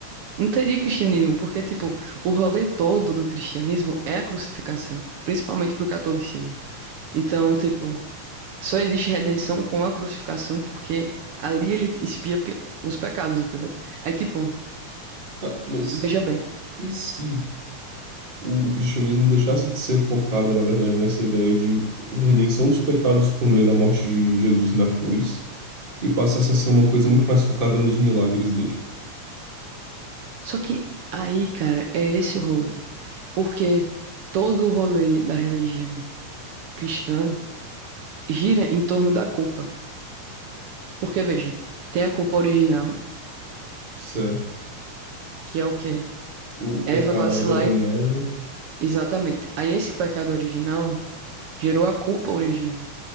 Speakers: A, on the right (about 85°); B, on the right (about 60°).
A: Não teria cristianismo, porque, tipo, o rolê todo do cristianismo é a crucificação, principalmente pro catolicismo. Então, tipo, só existe redenção com a crucificação, porque ali ele expia pe- os pecados, entendeu? Aí, tipo,
B: tá, mas
A: veja bem.
B: e se o, o cristianismo deixasse de ser focado, na verdade, nessa ideia de redenção dos pecados por meio da morte de Jesus na cruz e passasse a ser uma coisa muito mais focada nos milagres dele?
A: Só que aí, cara, é esse o rolê. Porque todo o rolê da religião cristã gira em torno da culpa. Porque, veja, tem a culpa original,
B: Certo.
A: que é o quê?
B: O pecado
A: É Eva vacilar
B: lá de Adão
A: e
B: e Eva.
A: Exatamente. Aí esse pecado original gerou a culpa original.